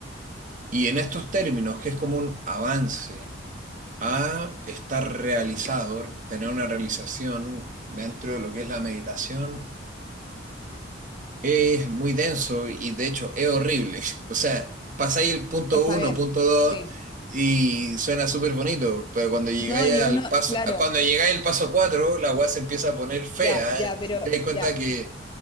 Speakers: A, on the right (about 45°); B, on the left (about 25°).
A: Y en estos términos, que es como un avance a estar realizado, tener una realización dentro de lo que es la meditación, es muy denso y de hecho es horrible. <laughs> O sea, pasáis el punto
B: Está
A: uno,
B: bien,
A: punto dos
B: sí.
A: y suena súper bonito, pero cuando llegáis
B: No, y
A: al
B: uno,
A: paso,
B: claro,
A: cuando llegáis al paso cuatro, la weá se empieza a poner fea
B: ya, ya, pero
A: y te das cuenta
B: ya,
A: que